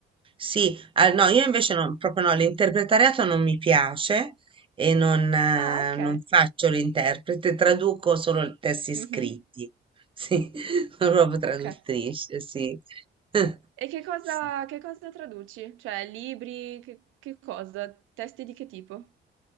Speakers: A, on the right; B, on the right.
A: Sì, ah, no, io invece no, proprio no, l'interpretariato non mi piace e non, eh,
B: Ah, ok.
A: non faccio l'interprete, traduco solo i testi scritti.
B: Mhm.
A: Sì, <laughs> sono proprio traduttrice,
B: Ok.
A: sì. <laughs>
B: E che cosa,
A: Sì.
B: che cosa traduci? Cioè libri, che, che cosa? Testi di che tipo?